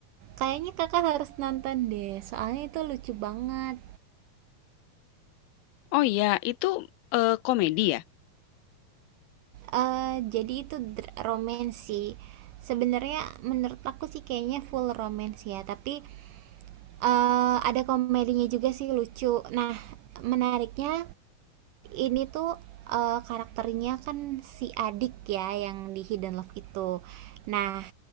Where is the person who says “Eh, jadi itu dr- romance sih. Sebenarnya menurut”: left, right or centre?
Right